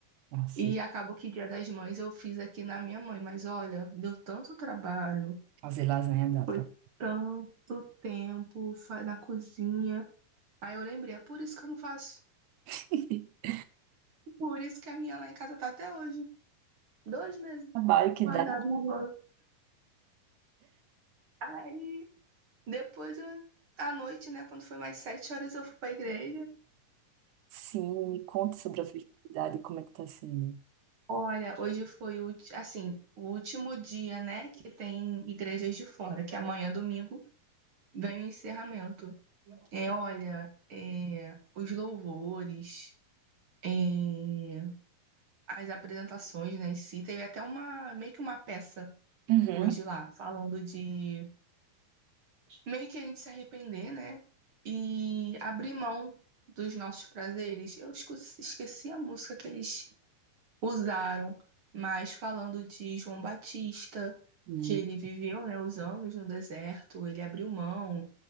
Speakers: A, on the right; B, on the right.
A: nossa,
B: E acabou que Dia das Mães eu fiz aqui na minha mãe, mas olha, deu tanto trabalho,
A: fazer lasanha dá
B: foi
A: tra-
B: tanto tempo fa- na cozinha. Aí eu lembrei, é por isso que eu não faço.
A: <laughs>
B: Por isso que a minha lá em casa tá até hoje. Dois meses
A: trabalho que
B: guardada
A: dá.
B: na bolsa. Aí depois eu, à noite, né, quando foi mais sete horas, eu fui pra igreja.
A: Sim, me conta sobre a festividade, como é que tá sendo.
B: Olha, hoje foi o, ulti- assim, o último dia, né, que tem igrejas de fora, que amanhã, domingo, vem o encerramento. É, olha, é, os louvores, é, as apresentações, né, em si, teve até uma, meio que uma peça
A: Uhum.
B: hoje lá, falando de meio que a gente se arrepender, né, e abrir mão dos nossos prazeres. Eu escu- esqueci a música que eles Usaram, mas falando de João Batista,
A: Hum,
B: que ele viveu, né, os anos no deserto, ele abriu mão,